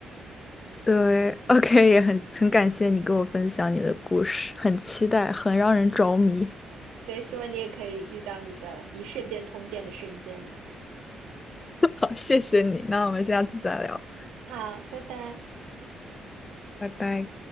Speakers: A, on the left; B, on the right.
A: 对，OK，也很很感谢你跟我分享你的故事，很期待，很让人着迷。
B: 对，希望你也可以遇到你的一瞬间通电的瞬间。
A: 好，谢谢你，那我们下次再聊，
B: 好，拜拜。
A: 拜拜。